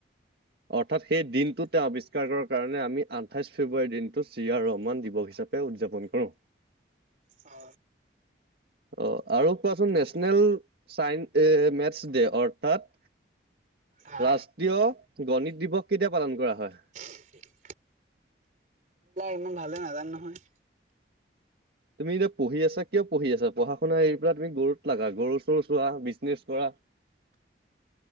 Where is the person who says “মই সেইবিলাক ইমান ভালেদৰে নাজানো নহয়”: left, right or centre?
Right